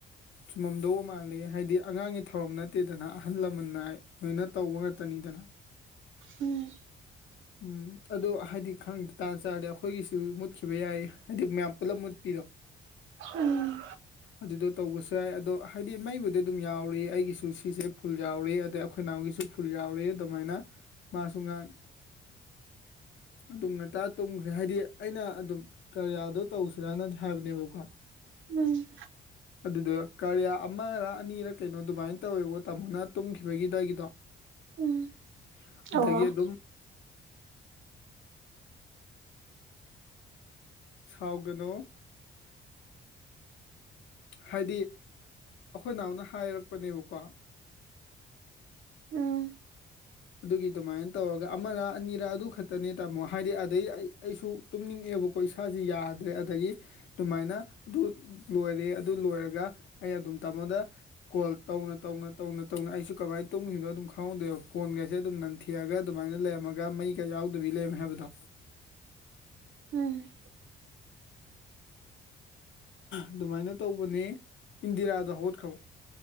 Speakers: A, on the left; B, on the right.
A: ꯆꯨꯝꯃꯝꯗꯧꯕ ꯃꯥꯜꯂꯤ ꯍꯥꯏꯗꯤ ꯑꯉꯥꯡꯒꯤ ꯊꯧꯔꯝ ꯅꯠꯇꯦꯗꯅ ꯑꯍꯜ ꯂꯃꯟꯅ ꯂꯣꯏꯅ ꯇꯧꯕ ꯉꯥꯛꯇꯅꯤꯗꯅ
B: ꯎꯝ
A: ꯎꯝ ꯑꯗꯣ ꯍꯥꯏꯗꯤ ꯈꯪꯗꯦ ꯗꯥꯥꯟꯁ ꯇꯥꯔꯗ ꯑꯩꯈꯣꯏꯒꯤꯁꯨ ꯃꯨꯠꯈꯤꯕ ꯌꯥꯏ ꯍꯥꯏꯗꯤ ꯃꯌꯥꯝ ꯄꯨꯂꯞ ꯃꯨꯠꯄꯤꯔꯣ
B: ꯎꯝ
A: ꯑꯗꯨꯗ ꯇꯧꯕꯁꯨ ꯌꯥꯏ ꯑꯗꯣ ꯍꯥꯏꯗꯤ ꯃꯩꯕꯨꯗꯤ ꯑꯗꯨꯝ ꯌꯥꯎꯔꯤ ꯑꯩꯒꯤꯁꯨ ꯁꯤꯁꯦ ꯐꯨꯜ ꯌꯥꯎꯔꯤ ꯑꯗꯩ ꯑꯩꯈꯣꯏ ꯏ ꯅꯅꯥꯎꯒꯤꯁꯨ ꯐꯨꯜ ꯌꯥꯎꯔꯤ ꯑꯗꯨꯃꯥꯏꯅ ꯃꯥꯁꯨ ꯉꯍꯥꯡ ꯑꯗꯨꯝ ꯉꯇꯥ ꯇꯨꯝꯈ꯭ꯔꯦ ꯍꯥꯏꯗꯤ ꯑꯩꯅ ꯑꯗꯨꯝ ꯀꯔꯤꯌꯥꯗꯣ ꯇꯧꯁꯤꯔꯅ ꯍꯥꯏꯕꯅꯦꯕꯀꯣ
B: ꯎꯝ
A: ꯑꯗꯨꯗ ꯀꯔꯤꯌꯥ ꯑꯃꯔ ꯑꯅꯤꯔ ꯀꯩꯅꯣ ꯑꯗꯨꯃꯥꯏꯅ ꯇꯧꯋꯦꯕꯣ ꯇꯥꯃꯣꯅ ꯇꯨꯝꯈꯤꯕꯒꯤꯗꯥꯏꯒꯤꯗꯣ
B: ꯎꯝ
A: <unintelligible> ꯑꯗꯒꯤ
B: ꯑꯣ
A: ꯑꯗꯨꯝ ꯁꯥꯎꯒꯅꯨ ꯍꯥꯏꯗꯤ ꯑꯩꯈꯣꯏ ꯅꯅꯥꯍꯝꯅ ꯍꯥꯏꯔꯛꯄꯅꯦꯕꯀꯣ
B: ꯎꯝ
A: ꯑꯗꯨꯒꯤ ꯑꯗꯨꯃꯥꯏꯅ ꯇꯧꯔꯒ ꯑꯃꯔ ꯑꯅꯤꯔꯥ ꯑꯗꯨ ꯈꯛꯇꯅꯦ ꯇꯥꯃꯣ ꯍꯥꯏꯗꯤ ꯑꯗꯩ ꯑꯩ ꯑꯩꯁꯨ ꯇꯨꯝꯅꯤꯡꯑꯦꯕꯀꯣ ꯏꯁꯥꯥꯁꯦ ꯌꯥꯗ꯭ꯔꯦ ꯑꯗꯒꯤ ꯑꯗꯨꯃꯥꯏꯅ ꯑꯗꯨ ꯂꯣꯏꯔꯦ ꯑꯗꯨ ꯂꯣꯏꯔꯒ ꯑꯩ ꯑꯗꯨꯝ ꯇꯥꯃꯣꯗ ꯀꯣꯜ ꯇꯧꯅ ꯇꯧꯅ ꯇꯧꯅ ꯇꯧꯅ ꯑꯩꯁꯨ ꯀꯃꯥꯏꯅ ꯇꯨꯝꯒꯔ꯭ꯤꯅꯣ ꯑꯗꯨꯝ ꯈꯪꯍꯧꯗꯦꯕ ꯀꯣꯟꯒꯩꯁꯦ ꯑꯗꯨꯝ ꯅꯟꯊꯦꯛꯑꯒ ꯑꯗꯨꯃꯥꯏꯅ ꯂꯩꯔꯝꯃꯒ ꯃꯩꯒ ꯌꯥꯎꯗꯕꯤ ꯂꯩꯔꯝꯃꯦ ꯍꯥꯏꯕꯗꯣ
B: ꯎꯝ
A: ꯑꯗꯨꯃꯥꯏꯅ ꯇꯧꯕꯅꯦ ꯏꯟꯗꯤꯔꯥꯗ ꯍꯧꯣꯠꯈ꯭ꯔꯕ